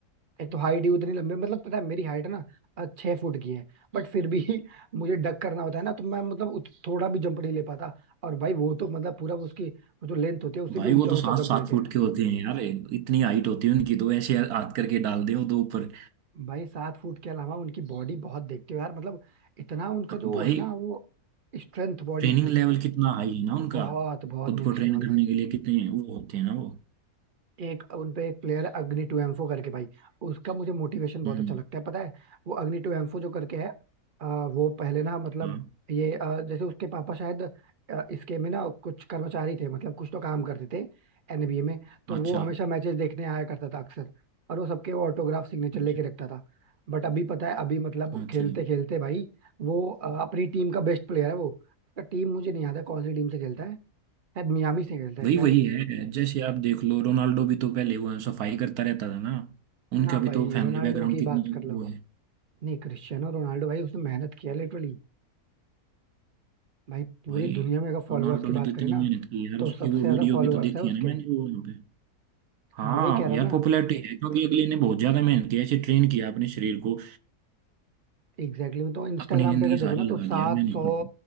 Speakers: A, on the right (about 45°); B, on the right (about 80°).
A: एक तो हाइट ही उतनी लंबी मतलब पता है मेरी हाइट ना अ, छह फुट की है बट फिर भी <laughs> मुझे डक करना होता है ना तो मैं मतलब उत- थोड़ा भी जंप नहीं ले पाता और भाई वो तो मतलब पूरा उसकी वो जो लेंथ होती है उससे
B: भाई
A: भी ऊंचा
B: वो तो
A: ऊंचा
B: सात
A: जंप
B: सात
A: लेते
B: फुट
A: हैं
B: के होते हैं यार इतनी हाइट होती है उनकी तो ऐसे हाथ करके डाल दे वो तो ऊपर
A: भाई सात फुट के अलावा उनकी बॉडी बहुत देखते हो यार मतलब इतना उनका जो
B: भाई
A: है ना वो स्ट्रेंथ बॉडी
B: ट्रेनिंग
A: की
B: लेवल कितना हाई है ना उनका
A: बहुत बहुत
B: खुद
A: नेक्स्ट
B: को ट्रेन
A: लेवल
B: करने
A: भाई
B: के लिए कितने वो होते हैं ना वो
A: एक उन पे एक प्लेयर अग्नि टू एम्फो करके भाई उसका मुझे मोटिवेशन बहुत
B: हम्म
A: अच्छा लगता है पता है वो अग्नि टू एम्फो जो करके है आ, वो पहले ना मतलब
B: हाँ
A: ये आ, जैसे उसके पापा शायद आ, इसके में ना कुछ कर्मचारी थे मतलब कुछ तो काम करते थे एनबीए में तो
B: अच्छा
A: वो हमेशा मैचेस देखने आया करता था अक्सर और वो सबके वो ऑटोग्राफ सिग्नेचर
B: अच्छा
A: लेके रखता था बट अभी पता है अभी मतलब
B: अच्छा
A: खेलते खेलते भाई वो आ, अपनी टीम का बेस्ट प्लेयर है वो उसका टीम मुझे नहीं याद है कौन सी टीम से खेलता है शायद मियामी से खेलता है
B: वही
A: शायद
B: वही है जैसे आप देख लो रोनाल्डो भी तो पहले वो सफाई करता रहता था ना उनका
A: हाँ
B: भी
A: भाई
B: तो फैमिली
A: रोनाल्डो
B: बैकग्राउंड
A: की
B: कितनी
A: बात कर लो
B: वो है
A: नहीं क्रिस्टियानो रोनाल्डो भाई उसने मेहनत किया लिटरली भाई पूरी
B: भाई
A: दुनिया में अगर फॉलोअर्स
B: रोनाल्डो
A: की
B: ने
A: बात
B: तो इतनी
A: करें ना
B: मेहनत की यार
A: तो
B: उसकी
A: सबसे
B: वो
A: ज्यादा
B: वीडियो
A: फॉलोअर्स
B: भी तो देखी
A: है उसके
B: है ना मैंने वो वहाँ पे हाँ
A: हाँ वही कह रहा
B: यार
A: हूँ ना
B: पॉपुलैरिटी है क्योंकि अगले ने बहुत ज्यादा मेहनत की ऐसे ट्रेन किया अपने शरीर को
A: एग्जैक्टली exactly, तो इंस्टाग्राम
B: अपनी जिंदगी
A: पे अगर देखो
B: सारी
A: ना तो
B: लगा
A: सात
B: दी यार मेहनत
A: सौ
B: तो